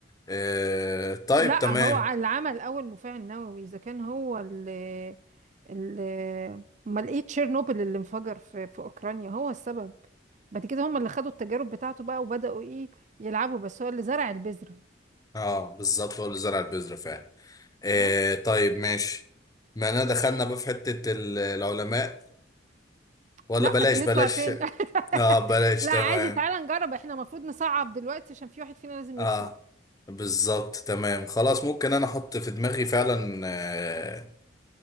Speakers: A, on the left (about 20°); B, on the right (about 40°).
A: آه طيب
B: لا
A: تمام
B: هو ع- اللي عمل اول مفاعل نووي اذا كان هو اللي اللي امال ايه تشيرنوبل اللي انفجر في في اوكرانيا هو السبب بعد كده هم اللي خدوا التجارب بتاعته بقى وبداوا ايه يلعبوا بس هو اللي زرع البذره
A: اه بالظبط هو اللي زرع البذرة فعلا آه
B: بقى
A: طيب ماشي ما انا دخلنا بقى في حتة ال- العلماء ولا
B: لا
A: بلاش
B: نطلع
A: بلاش
B: تاني
A: اه
B: <laughs>
A: بلاش
B: لا
A: تمام
B: عادي تعالى نجرب احنا المفروض نصعب دلوقتي عشان في واحد فينا لازم
A: اه
B: يكسب
A: بالظبط تمام خلاص ممكن انا احط في دماغي فعلا آه،